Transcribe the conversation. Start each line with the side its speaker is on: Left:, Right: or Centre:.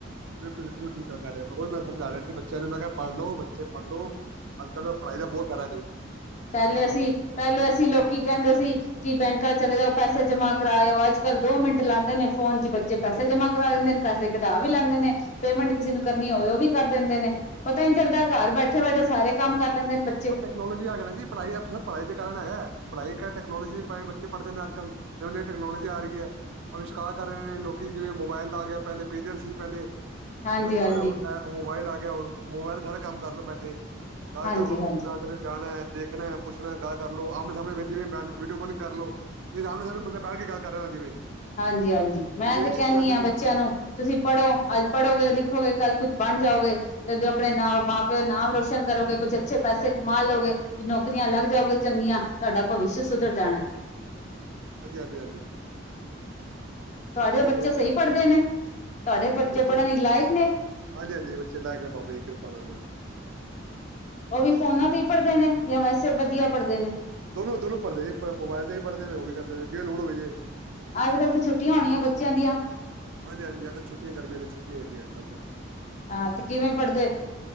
Right: ਬਿਲਕੁਲ ਬਿਲਕੁਲ ਠੀਕ ਕਹਿ ਰਿਹਾ ਜੇ ਮੈਂ ਸਮਝਾ ਰਿਹਾ ਸੀ ਬੱਚਿਆਂ ਨੂੰ ਮੈਂ ਕਿਹਾ ਪੜ੍ਹ ਲੋ ਬੱਚੇ ਪੜ੍ਹ ਲੋ ਅੱਜ ਕੱਲ੍ਹ ਪੜ੍ਹਾਈ ਦਾ ਬਹੁਤ ਫੈਦਾ ਜੇ
Left: ਪਹਿਲੇ ਅਸੀਂ ਪਹਿਲੇ ਅਸੀਂ ਲੋਕੀ ਕਹਿੰਦੇ ਸੀ ਕਿ ਬੈਂਕਾਂ ਚ ਚਲੇ ਜਾਓ ਪੈਸੇ ਜਮਾ ਕਰਾਇਓ ਅੱਜ ਕੱਲ੍ਹ ਦੋ ਮਿੰਟ ਲਾਂਦੇ ਨੇ ਫੋਨ ਚ ਬੱਚੇ ਪੈਸੇ ਜਮਾ ਕਰਾ ਦਿੰਦੇ ਨੇ ਪੈਸੇ ਕਢਾ ਵੀ ਲੈਂਦੇ ਨੇ ਪੇਮੈਂਟ ਕਿਸੇ ਨੂੰ ਕਰਨੀ ਹੋਵੇ ਉਹ ਵੀ ਕਰ ਦਿੰਦੇ ਨੇ ਪਤਾ ਨੀ ਚੱਲਦਾ ਘਰ ਬੈਠੇ ਬੈਠੇ ਸਾਰੇ ਕੰਮ ਕਰ ਲੈਂਦੇ ਨੇ ਬੱਚੇ
Right: ਉਹ ਟੈਕਨੋਲੋਜੀ ਆਗੀ ਨਾ ਜੀ ਪੜ੍ਹਾਈ ਦੇ ਕਾਰਨ ਹੈਗਾ ਹੈ ਪੜ੍ਹਾਈ ਟੈਕਨੋਲੋਜੀ ਬੱਚੇ ਪੜ੍ਹਦੇ ਨੇ ਅੱਜ ਕੱਲ ਨੀ ਨੀਂ ਟੈਕਨੋਲੋਜੀ ਆ ਰਹੀ ਹੈ ਅਵਿਸ਼ਕਾਰ ਕਰ ਰਹੇ ਨੇ ਲੋਕੀ ਜਿਵੇਂ ਮੋਬਾਇਲ ਆ ਗਿਆ ਪਹਿਲੇ ਪੇਜਰ ਸੀ ਪਹਿਲੇ ਫਿਰ
Left: ਹਾਂਜੀ
Right: ਉਸ ਤੋਂ
Left: ਹਾਂਜੀ
Right: ਬਾਅਦ ਹੁਨ ਐ ਮੋਬਾਈਲ ਆ ਕੇ ਐ ਹੁਣ ਮੋਬਾਇਲ ਸਾਰੇ ਕੰਮ ਕਰਲੋ ਬੈਠੇ। ਗੱਲ
Left: ਹਾਂਜੀ
Right: ਕਰ ਲਓ।
Left: ਹਾਂਜੀ
Right: ਨਾ ਕੀਤੇ ਜਾਣਾ ਐ। ਦੇਖਣਾ ਐ, ਪੁੱਛਣਾ ਐ, ਗੱਲ ਕਰ ਲਓ, ਆਮਣੇ ਸਾਹਮਣੇ ਜਿਵੇਂ ਵੀਡੀ ਕਾਲਿੰਗ ਕਰ ਲੋ, ਜਿਵੇਂ ਆਮਨੇ ਸਾਹਮਣੇ ਬੰਦਾ ਬਹਿ ਕੇ ਗੱਲ ਕਰੋ ਜਿਵੇਂ
Left: ਹਾਂਜੀ-ਹਾਂਜੀ, ਮੈਂ
Right: ਵਿਦੇਸ਼
Left: ਤੇ ਕਹਿੰਨੀ
Right: ਚ ਬੈਠੇ
Left: ਆਂ
Right: ਤੁਸੀਂ
Left: ਬੱਚਿਆਂ ਨੂੰ, ਤੁਸੀਂ ਪੜ੍ਹੋ, ਅੱਜ ਪੜੋਗੇ ਲਿਖੋਗੇ ਕੱਲ ਕੁੱਝ ਬਣ ਜਾਓਗੇ। ਕਦੇ ਆਪਣੇ ਮਾਂ, ਮਾਂ-ਪਿਓ ਦਾ ਨਾਮ ਰੋਸ਼ਨ ਕਰੋਗੇ, ਕੁਛ ਅੱਛੇ ਪੈਸੇ ਕਮਾ ਲਓਗੇ, ਨੌਕਰੀਆਂ ਲੱਗ ਜਾਓਗੇ ਚੰਗੀਆਂ, ਤੁਹਾਡਾ ਭਵਿਸ਼ ਸੁਧਰ ਜਾਣਾ ਐ।
Right: ਹਾਂਜੀ, ਹਾਂਜੀ, ਹਾਂਜੀ।
Left: ਤੁਹਾਡੇ
Right: ਹੋਰ
Left: ਬੱਚੇ
Right: ਸੁਣਾਓ
Left: ਸਹੀ ਪੜ੍ਹਦੇ ਨੇ, ਤੁਹਾਡੇ ਬੱਚੇ
Right: ਹਾਂਜੀ ਪਰ
Left: ਪੜ੍ਹਨ ਚ ਲਾਇਕ ਨੇ?
Right: ਹਾਂਜੀ ਹਾਂਜੀ ਬੱਚੇ ਲਾਇਕ ਨੇ ਬਾਬਾ ਜੀ ਕਿਰਪਾ ਨਾਲ
Left: ਉਹ ਵੀ ਫੋਨਾਂ ਤੇ ਹੀ ਪੜ੍ਹਦੇ ਨੇ ਜਾਂ ਵੈਸੇ ਵਧੀਆ ਪੜ੍ਹਦੇ ਨੇ?
Right: ਦੋਨੋ, ਦੋਨੋ ਪੜਦੇ ਜੀ, <unintelligible> ਮੋਬਾਇਲ ਤੇ ਵੀ ਪੜ੍ਹਦੇ ਨੇ, ਉਹ ਵੀ ਕਰਦੇ, ਜੇ ਲੋੜ ਹੋਵੇ ਜੇ
Left: ਅੱਜ ਕੱਲ੍ਹ ਤੇ ਛੁੱਟੀਆਂ ਹੋਣੀਆਂ ਬੱਚਿਆਂ ਦੀਆਂ?
Right: ਹਾਂਜੀ-ਹਾਂਜੀ, ਅੱਜ ਤਾਂ ਛੁੱਟੀਆਂ ਗਰਮੀਆਂ ਦੀ ਛੁੱਟੀਆਂ ਹੈ ਜੀ ਅੱਜ ਕੱਲ ਤੋਂ।
Left: ਹਾਂ ਤੇ ਕਿਵੇਂ ਪੜ੍ਹਦੇ,